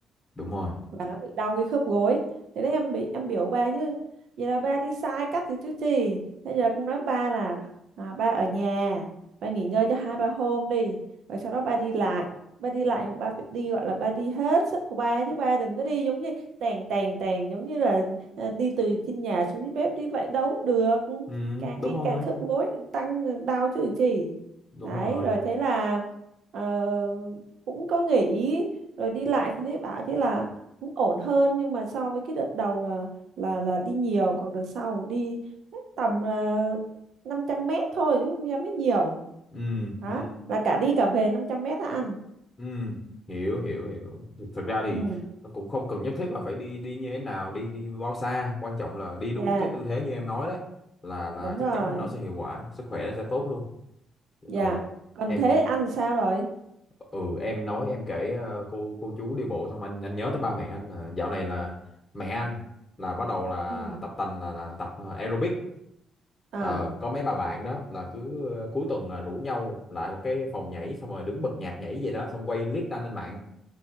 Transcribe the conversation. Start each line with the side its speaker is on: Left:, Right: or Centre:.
Left: đúng rồi
Right: và nó bị đau cái khớp gối thế đấy em bị em biểu ba chứ vậy là ba đi sai cách rồi chứ gì bây giờ cũng nói ba là à, ba ở nhà ba nghỉ ngơi cho hai ba hôm đi rồi sau đó ba đi lại ba đi lại mà ba phải đi gọi là ba đi hết sức của ba chứ ba đừng có đi giống như tèn tèn tèn giống như là Ờ, đi từ trên nhà xuống dưới bếp đi vậy đâu được
Left: ừ
Right: càng
Left: đúng
Right: ngày
Left: rồi
Right: càng khớp gối càng tăng ờ, đau chứ chỉ
Left: đúng
Right: đấy
Left: rồi
Right: rồi thế là ờ, cũng có nghỉ rồi đi lại thì thấy bảo chứ là cũng ổn hơn nhưng mà so với cái đợt đầu là là là đi nhiều còn đợt sau đi chắc tầm uh, 500 mét thôi chứ không dám mới nhiều
Left: ừ
Right: đó
Left: ừ.
Right: là cả đi cả về 500 mét đã ăn
Left: Ừ, hiểu hiểu hiểu. Thực, thực ra thì
Right: ừ
Left: nó cũng không cần nhất thiết là phải đi đi như thế nào, đi đi bao xa, quan trọng là đi đúng
Right: dạ
Left: cái tư thế như em nói đấy là là
Right: đúng
Left: chắc
Right: rồi
Left: chắn là nó sẽ hiệu quả, sức khỏe nó sẽ tốt luôn.
Right: dạ
Left: Rồi
Right: còn
Left: em
Right: thế ăn sao rồi
Left: ừ em nói em kể ờ, cô cô chú đi bộ xong anh anh nhớ tới ba mẹ anh là dạo này là mẹ anh là bắt đầu là
Right: ừ
Left: tập tành là là tập ờ, aerobic.
Right: à
Left: Ờ, có mấy bà bạn đó là cứ ờ, cuối tuần là rủ nhau lại một cái phòng nhảy xong rồi đứng bật nhạc nhảy gì đó xong quay clip đăng lên mạng